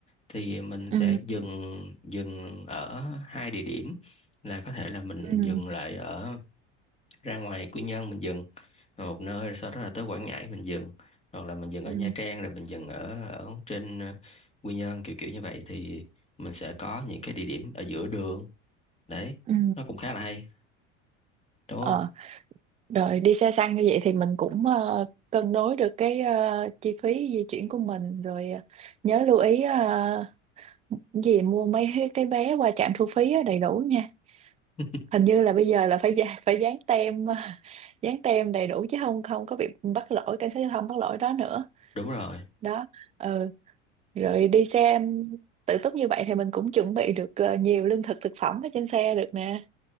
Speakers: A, on the left (about 20°); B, on the right (about 20°).
A: thì mình
B: ừ.
A: sẽ dừng dừng ở hai địa điểm là có thể là mình
B: Ừ.
A: dừng lại ở ra ngoài Quy Nhơn mình dừng rồi một nơi rồi sau đó là tới Quảng Ngãi mình dừng hoặc là mình dừng ở
B: Ừ.
A: Nha Trang rồi mình dừng ở ở trên ờ, Quy Nhơn kiểu kiểu như vậy thì mình sẽ có những cái địa điểm ở giữa đường đấy
B: Ừ.
A: nó cũng khá là hay đúng không
B: Ờ, rồi đi xe xăng như vậy thì mình cũng ờ, cân đối được cái ờ, chi phí di chuyển của mình rồi ờ, nhớ lưu ý ờ, gì mua mấy cái cái vé qua trạm thu phí á, đầy đủ nha.
A: <laughs>
B: Hình như là bây giờ là phải <laughs> dán- phải dán tem ờ, dán tem đầy đủ chứ không không có bị bắt lỗi cảnh sát giao thông bắt lỗi đó nữa.
A: đúng rồi
B: Đó. Ừ, rồi đi xe tự túc như vậy thì mình cũng chuẩn bị được ờ, nhiều lương thực thực phẩm ở trên xe được nè.